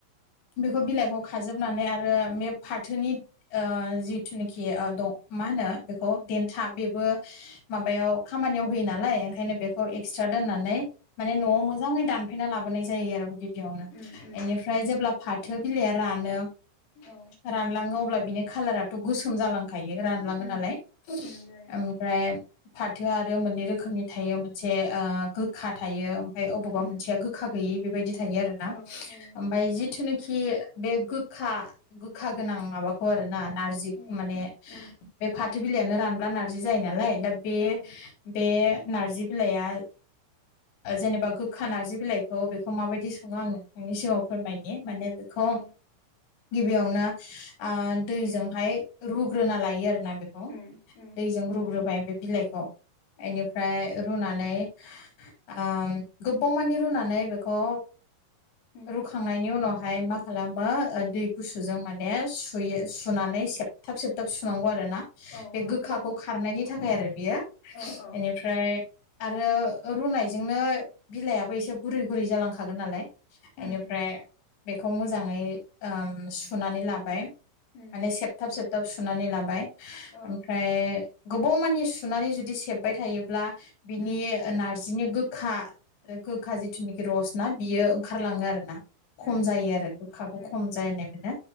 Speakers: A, on the left; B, on the left.
A: बेखौ बिलाइखौ खाजोबनानै आरो बे फाथोनि ओ जिथुनाखि ओ दग मा होनो बेखौ देन था बेबो माबायाव खामानियाव होयो नालाय ओंखायनो बेखौ एक्सट्रा दोननानै माने न'आव मोजाङै दानफैना लाबोनाय जायो आरो गिबियावनो
B: उम
A: एनिफ्राय जेब्ला फाथो बिलाइआ रानो
B: औ
A: रानलाङो अब्ला बिनि खालाराथ' गोसोम जालांखायो रानलाङो
B: उम
A: नालाय
B: उम जायो
A: ओमफ्राय फाथोआ आरो मोननै रोखोमनि थायो मोनसे ओ गोखा थायो ओमफफ्राय अबावबा
B: उम
A: मोनसेया गोखा गै यि बेबायदि थायो आरोना
B: औ जायो
A: ओबाय जिथु नाखि बे गोखा गोखा गोनां
B: उम
A: माबा खौ आरो ना नारजि खौ
B: उम
A: माने
B: उम
A: बे फाथो बिलाइयानो रानब्ला नारजि जायो नालाय दा बे
B: औ
A: बे नारजि बिलाइया ओ जेनेबा गोखा नारजि बिलाइखौ बेखौ माबायदि सङो आं नोंथांनि सिगाङाव फोरमायनो ए माने बेखौ
B: औ
A: गिबियावनो ओ दैजोंहाय रुग्रोना लायो आरोना बेखौ
B: उम उम
A: दैजों रुग्रो बाय बे बिलाइखौ
B: उम
A: एनिफ्राय रुनानै ओ गोबावमानि रुनानै बेखौ
B: उम
A: रुखांनायनि उनावहाय मा खालामो ओ दै गुसुजों माने सु- यो सुनानै सेबथाब सेबथाब सुनांगौ आरो ना
B: औ
A: बे
B: औ
A: गोखाखौ खारनायनि थाखाय आरो बियो
B: औ औ
A: एनिफ्राय आरो रुनायजोंनो बिलाइाबो एसे गुरै गुरै जालांखागोन नालाय
B: उम
A: एनिफ्राय बेखौ मोजाङै ओम सुनानै लाबाय माने
B: उम
A: सेबथाब सेबथाब सुनानै लाबाय
B: औ
A: ओमफ्राय गोबाव मानानि सुनानै जुदि सेबबाय थायोब्ला बिनि
B: उम
A: नारज जिनि गोखा गोखा जिथुनाखि रसना बियो ओंखारलाङो
B: औ
A: आरोना खम
B: उम
A: जायो आरो गोखाखौ
B: उम
A: खम जानाय मोनो